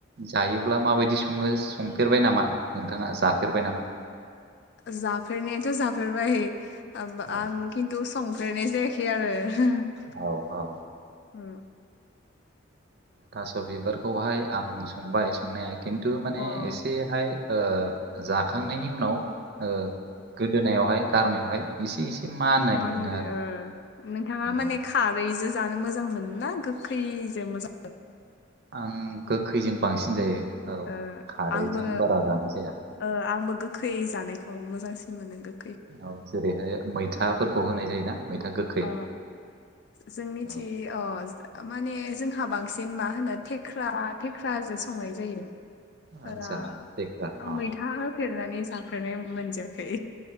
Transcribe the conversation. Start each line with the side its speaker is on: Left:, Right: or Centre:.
Right: जायोब्ला माबायदि सङो संफेरबाय नामा नोंथाङा जाफेरबाय नामा?
Left: जाफेरनायाथ' जाफेरबाय। आब
Right: औ
Left: आं खिन्थु संफेरनाय जायाखै आरो हो हो।
Right: औ औ।
Left: औ
Right: थास' बिबारखौहाय आं संबाय संनाया खिन्थु माने
Left: अ ओ
Right: एसेहाय ओ जाखांनायनि उनाव ओ गोदोनायावहाय गारमायावहाय इसे इसे माननाय
Left: मा होनदो
Right: मोनो आरो
Left: ओ नोंथाङा माने
Right: औ।
Left: खारैजो जानो मोजां मोनना गोखैजो मोजा
Right: आं गोखैजों बांसिन जायो औ
Left: ओ
Right: खारैजों
Left: आंबो
Right: बारा जानाय जाया।
Left: ओ आंबो गोखै जानायखौ मोजांसिन मोनो गो
Right: औ जेरैहाय मैथाफोरखौ होनाय जायोना मैथा गोखै।
Left: अ जोंनिथि
Right: औ
Left: अ माने जोंहा बांसिन मा होनो थेख्रा थेख्राजो संनाय जायो। बारा
Right: आदसा देख्रा
Left: आं
Right: अ
Left: मैथा होफेरनानै जाफेरनाय मोनजाखै।